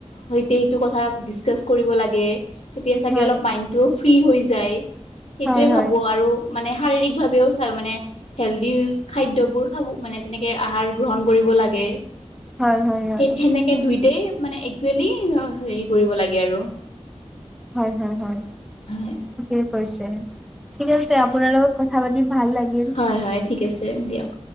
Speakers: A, on the left; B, in the centre.
A: সৈতে সেইটো কথা ডিচকাচ কৰিব লাগে। তেতিয়া চাগে
B: হয়
A: অলপ মাইণ্ডটোও ফ্ৰী হৈ যায় সেইটোৱে
B: হয় হয়
A: ভাবোঁ। আৰু মানে শাৰীৰিক ভাৱেও চাই। মানে- হেলডি খাদ্যবোৰ খাব মানে তেনেকে আহাৰ গ্ৰহণ কৰিব লাগে।
B: হয় হয় হয়
A: সেই সেনেকে দুইটাই মানে একুৱেলি আ হেৰি কৰিব লাগে আৰু।
B: হয় হয় হয়।
A: হয়
B: ঠিকেই কৈছে। ঠিক আছে আপোনাৰ লগত কথা পাতি ভাল লাগিল।
A: হয় হয় ঠিক আছে দিয়ক।